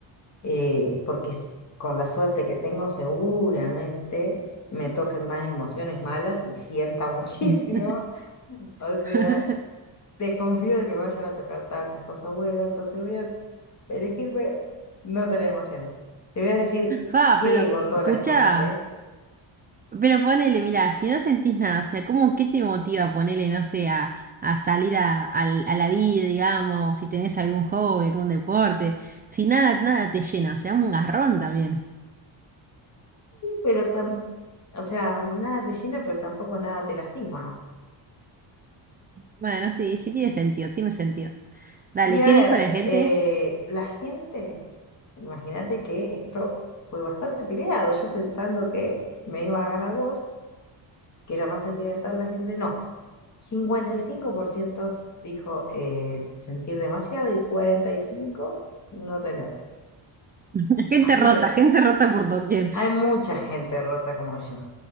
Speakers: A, on the left; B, on the right.
A: eh, porque s- con la suerte que tengo seguramente me toquen más emociones malas y sienta <laughs> muchísimo.
B: Mm.
A: O sea,
B: <laughs>
A: desconfío de que me vayan a tocar tantas cosas buenas, entonces voy a elegirme no tener emociones. Te voy a decir
B: Fa,
A: qué
B: pero
A: votó
B: escucha.
A: la gente,
B: Pero ponele, mira, si no sentís nada, o sea, ¿cómo qué te motiva ponele, no sé, a, a salir a, al- a la vida, digamos, si tenés algún hobby, algún deporte, si nada, nada te llena, o sea, un garrón también.
A: pero tampoco O sea, nada te llena, pero tampoco nada te lastima.
B: Bueno, sí, sí tiene sentido, tiene sentido. Dale,
A: Y a
B: ¿qué
A: ver,
B: dijo la gente?
A: eh, la gente, imagínate que esto fue bastante peleado. Yo pensando que me iba a ganar vos, que era más sentimental la gente, no. 55% dijo eh, sentir demasiado y 45% no tener.
B: <laughs> Gente
A: Así
B: rota,
A: que
B: gente rota por doquier.
A: hay mucha gente rota como yo,